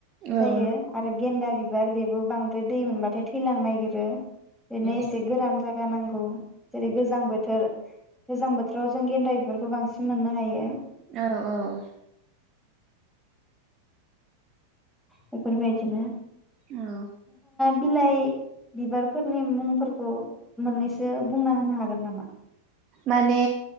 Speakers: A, in the centre; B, on the right.
A: जायो
B: औ
A: आरो गेन्दा बि बिबार बेबो बांद्राइ दै मोनबाथाय थैलांनो नागिरो
B: नंगौ
A: बेनो इसे गोरान जायगा नांगौ जेरै गोजां बोथोर गोजां बोथोराव जों गेन्दा बेबारखौ बांसिन मोननो हायो
B: औ औ
A: बेफोर बायदिनो
B: औ
A: बिलाइ बिबारफोरनि मुंफोरखौ मोननैसो बुंना होनो हागोन नामा?
B: माने